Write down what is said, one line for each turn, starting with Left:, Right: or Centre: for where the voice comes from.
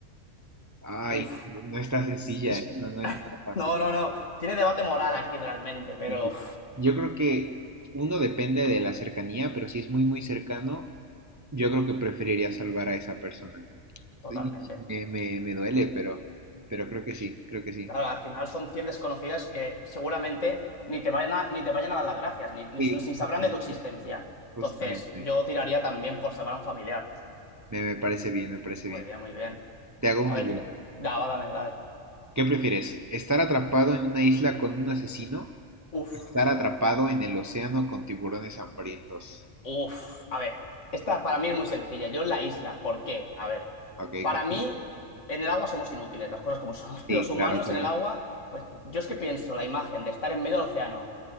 Right: Ay,
Left: Uf.
Right: no está sencilla,
Left: es-
Right: ¿eh? No, no es nada fácil.
Left: No, no, no. Tiene debate moral aquí realmente, pero
Right: Y
Left: uf,
Right: yo creo que uno depende de la cercanía, pero si es muy, muy cercano, yo creo que preferiría salvar a esa persona.
Left: totalmente.
Right: Y Me, me, me duele, pero, pero creo que sí, creo que sí.
Left: Claro, al final son 100 desconocidas que seguramente ni te vayan a, ni te vayan a dar las gracias, ni, ni-
Right: Sí,
Left: ni sabrán
Right: justamente,
Left: de tu existencia. Entonces,
Right: justamente.
Left: yo tiraría también por salvar a un familiar.
Right: Me, me parece bien, me parece
Left: Muy
Right: bien.
Left: bien, muy bien.
Right: Te hago
Left: A
Right: una
Left: ver,
Right: yo.
Left: ti- da, va, dame, dale.
Right: ¿Qué prefieres? ¿Estar atrapado en una isla con un asesino?
Left: Uf.
Right: ¿Estar atrapado en el océano con tiburones hambrientos?
Left: Uf, a ver, esta para mí es muy sencilla. Yo la isla, ¿por qué? A ver,
Right: Ok,
Left: para
Right: cuéntame.
Left: mí en el agua somos inútiles, las cosas como son. <laughs>
Right: Sí,
Left: Los humanos
Right: claro, claro.
Left: en el agua, pues yo es que pienso la imagen de estar en medio del océano